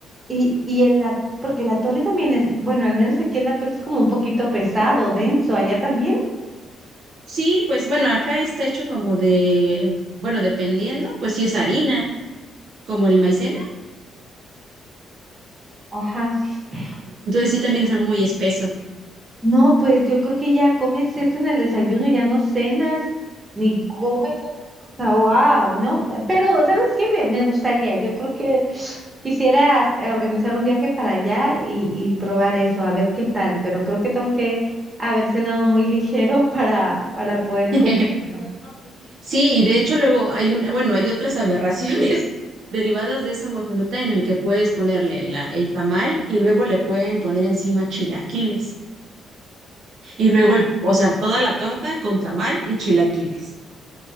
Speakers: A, on the right; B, on the right.
A: Y, y el, at- porque el atole también es, bueno, al menos aquí el atole es como un poquito pesado, denso, allá también.
B: Sí, pues bueno, acá está hecho como de, bueno, dependiendo, pues sí es harina, como el maicena.
A: Ajá, sí. sí.
B: Entonces sí también es algo muy espeso.
A: No, pues yo creo que ya comes eso en el desayuno, ya no cenas, ni comes otra cosa. Wow, ¿no? Pero, ¿sabes qué? Me, me gustaría, yo creo que quisieras eh, organizar un viaje para allá y, y probar eso, a ver qué tal, pero creo que tengo que haber cenado muy ligero <laughs> para, para poder
B: <laughs>
A: comérmelo.
B: Sí, y de hecho luego hay un, bueno, hay otras aberraciones <laughs> derivadas de esa guajolota en el que puedes ponerle la, el tamal y luego le pueden poner encima chilaquiles. Y luego, el, o sea, toda la torta con tamal y chilaquiles.